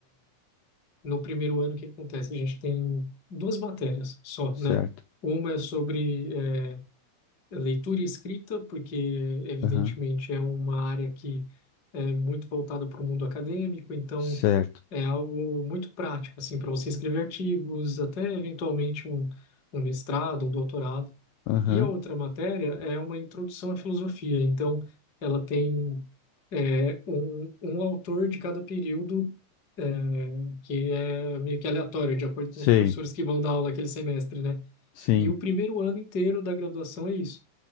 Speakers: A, on the left; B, on the left.
A: no primeiro ano, o que acontece? A gente tem duas matérias só,
B: certo.
A: né? Uma é sobre eh, leitura e escrita, porque, evidentemente,
B: Aham,
A: é uma área que é muito voltada para o mundo acadêmico, então
B: certo.
A: é algo muito prático, assim, para você escrever artigos, até eventualmente um, um mestrado, um doutorado.
B: Aham,
A: E a outra matéria é uma introdução à filosofia. Então, ela tem é, um, um autor de cada período, é, que é meio que aleatório, de acordo
B: sei.
A: com os professores que vão dar aula aquele semestre, né?
B: Sim,
A: E o primeiro ano inteiro da graduação é isso.